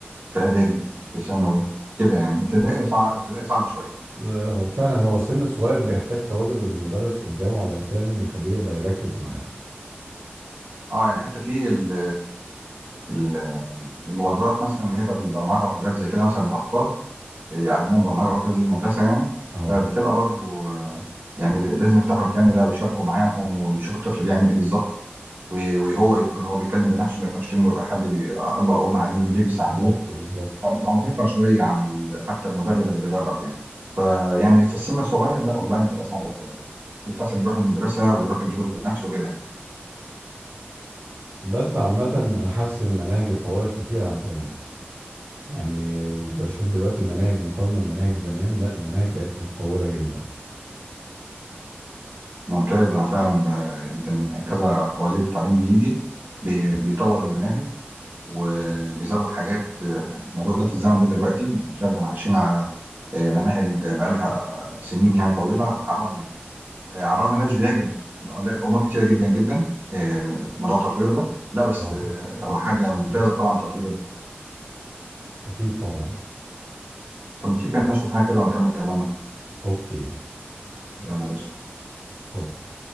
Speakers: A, on the right (about 50°); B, on the right (about 85°).
A: في اعدادي في ثانوي كده يعني ابتدائي صعب ابتدائي صعب شويه
B: آه، فعلا هو السن الصغير بيحتاج تواجد المدرس قدامه علشان يخليه يقدر يركز معاه
A: اه يعني حتى في ال- ال- المبادرات مثلا اللي هي بتاعت البرمجه وحاجات زي كده مثلا للاطفال آه، يعلموهم برمجه وكده زي المدرسه يعني
B: اه
A: فبتبقى برضو آه، يعني لازم يفتحوا الكاميرا ويشاركوا معاهم ويشوفوا الطفل بيعمل ايه بالظبط و- وهو يكون هو بيتكلم بنفسه ما يكونش في م- حد بي- اب او ام قاعدين جنبيه بيساعدوه
B: بالظبط بالظبط
A: بتبقى مرهقة شوية على ال- حتى المدرب اللي بيدرب يعني فيعني في السن الصغير لا اونلاين بتبقى صعبة شوية يستحسن يروح المدرسة ويروح الدروس بنفسه كده يعني
B: بس عامة أنا حاسس إن المناهج اتطورت كتير عن زمان يعني بشوف دلوقتي المناهج مقارنة بمناهج زمان لا المناهج بقت متطورة جدا
A: ممتاز أنا فعلا ب... يعني كان كذا وزير تعليم بيجي بي... بيطور المناهج وبيزود حاجات موجودة في الزمن ده دلوقتي يعني مش هنفضل عايشين على آه، مناهج بقالها سنين يعني طويلة فحرام يعني آه، على الرغم إن ده مش بيعجب أمور كتيرة جدا جدا آه، موضوع التطوير ده لا بس
B: اه
A: آه، هو حاجة ممتازة طبعا التطوير ده
B: أكيد طبعا
A: طب تيجي كده نشرب حاجة كده ونكمل كلامنا
B: أوكي
A: يلا يا باشا
B: اوكي